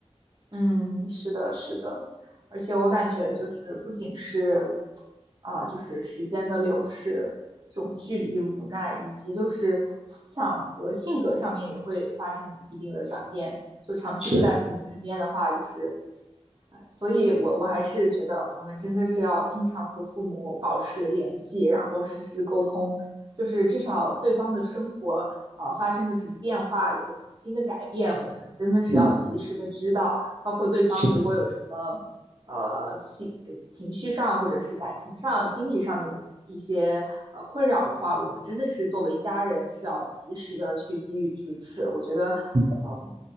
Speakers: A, on the right; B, on the right.
A: 嗯，是的，是的，而且我感觉就是不仅是啊、就是时间的流逝，这种距离无奈，以及就是思想和性格上面也会发生一定的转变。就长期不在父母身边的话，
B: 是，
A: 就是，哎，所以我我还是觉得我们真的是要经常和父母保持联系，然后实时沟通，就是至少对方的生活啊、发生了什么变化，有了什么新的改变，我们真的是要及时的知道。
B: 嗯，
A: 包括对方如果有什么呃心情绪上或者是感情上、
B: 是的，
A: 心理上的一些呃困扰的话，我们真的是作为家人是要及时的去给予支持。我觉得，
B: 是的
A: 嗯、